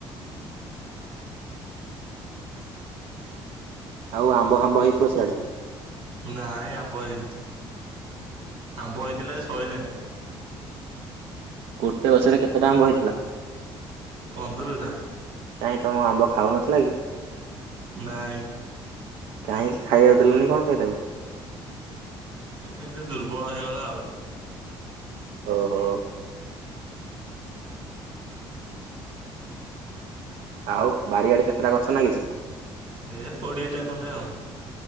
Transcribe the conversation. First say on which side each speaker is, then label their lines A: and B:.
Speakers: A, on the right (about 90°); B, on the right (about 65°).
A: ଆଉ ଆମ୍ବ, ଫାମ୍ୱ ହେଇଥିବ ସିଆଡେ?
B: ନାଇଁଁ ଆମ୍ବ ହେଇନି। ଆମ୍ବ ହେଇଥିଲା ଯେ ସଇଲାଣି।
A: ଗୋଟେ ଗଛରେ କେତେଟା ଆମ୍ଭ ହେଇଥିଲା?
B: ପନ୍ଦରଟା
A: କାଇହିଁ ତମ ଆମ୍ବ ଖାଉ ନଥିଲା କି?
B: ନାଇଁ।
A: କାହିଁକି ଖାଇବାକୁ ଦେଲନି କଣ ପାଇଁ ତାକୁ?
B: ଏ ସେତେ ଦୁର୍ବଳ ହେଇଗଲା ଆଉ।
A: ଓହୋ। ଆଉ ବାରିଆଡେ କେତେଟା ଗଛ ନାଗିଛି?
B: ଏ କୋଡିଏଟା ଖଣ୍ଡେ ଆଉ।